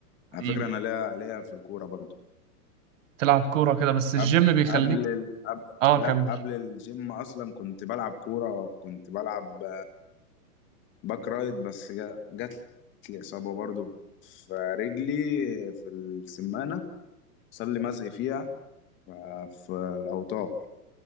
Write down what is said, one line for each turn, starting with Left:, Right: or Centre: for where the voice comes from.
Left: على
Right: بي
Left: فكرة انا ليا ليا في الكورة برضو
Right: تلعب كورة كده بس الجيم
Left: قبل
Right: بيخليك
Left: قبل ال... قبل
Right: اه
Left: لا
Right: كمل
Left: قبل الجيم اصلا كنت بلعب كورة كنت بلعب باك رايت بس جا- جات لي إصابة برضو في رجلي في السمانة صار لي مزق فيها ف- في الأوتار